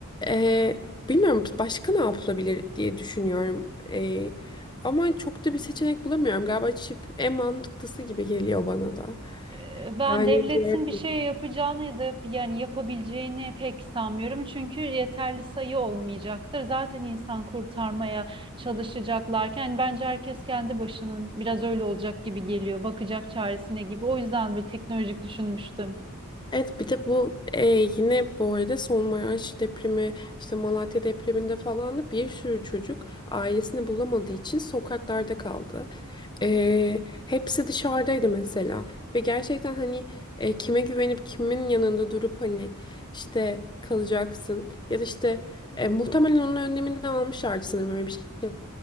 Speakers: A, on the left (about 20°); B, on the right (about 25°).
A: e, bilmiyorum başka ne yapılabilir diye düşünüyorum. E, ama çok da bir seçenek bulamıyorum. Galiba chip en mantıklısı gibi geliyor bana da.
B: Eee, Ben
A: Yani
B: devletin
A: diğer
B: bir şey yapacağını ya da yap- yani yapabileceğini pek sanmıyorum. Çünkü yeterli sayı olmayacaktır. Zaten insan kurtarmaya çalışacaklarken hani bence herkes kendi başının biraz öyle olacak gibi geliyor. Bakacak çaresine gibi. O yüzden böyle teknolojik düşünmüştüm.
A: Evet bir de bu e, yine bu arada Maraş depremi işte Malatya depreminde falan da bir sürü çocuk ailesini bulamadığı için sokaklarda kaldı. E, hepsi dışarıdaydı mesela ve gerçekten hani e, kime güvenip kimin yanında durup hani işte kalacaksın ya da işte e, muhtemelen onun önlemini de almışlardı sanırım öyle bir şey